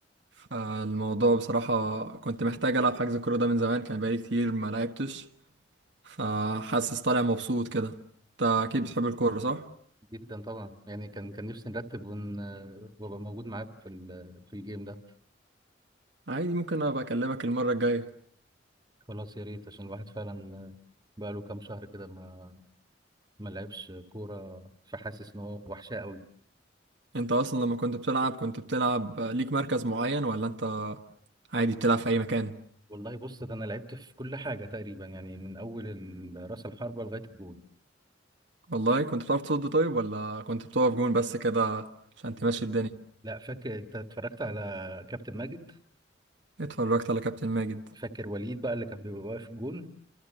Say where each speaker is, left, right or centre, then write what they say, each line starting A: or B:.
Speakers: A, on the right; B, on the right.
A: فالموضوع بصراحه كنت محتاج العب حجز الكوره ده من زمان كان بقالي كتير ما لعبتش فحاسس طالع مبسوط كده انت اكيد بتحب الكوره صح
B: جدا طبعا يعني كان كان نفسي نرتب ون... آه، وابقى موجود معاكم في ال... في الجيم ده
A: عادي ممكن ابقى اكلمك المره الجايه
B: خلاص يا ريت عشان الواحد فعلا آه، بقاله كام شهر كده ما ما لعبش كوره فحاسس ان هو وحشاه قوي
A: انت اصلا لما كنت بتلعب كنت بتلعب ليك مركز معين ولا انت عادي بتلعب في اي مكان
B: والله بص ده انا لعبت في كل حاجه تقريبا يعني من اول ال- راس الحربه لغايه الجول
A: والله كنت بتعرف تصد طيب ولا كنت بتقف جون بس كده عشان تمشي الدنيا
B: لا فاكر انت اتفرجت على كابتن ماجد
A: اتفرجت على كابتن ماجد
B: فاكر وليد بقى اللي كان بيبقى واقف في الجون